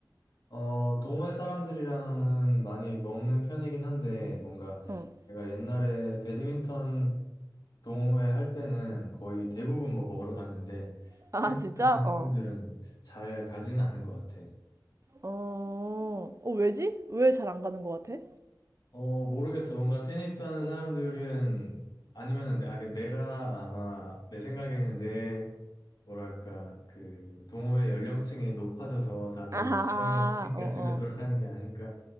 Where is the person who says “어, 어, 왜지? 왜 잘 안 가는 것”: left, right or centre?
Right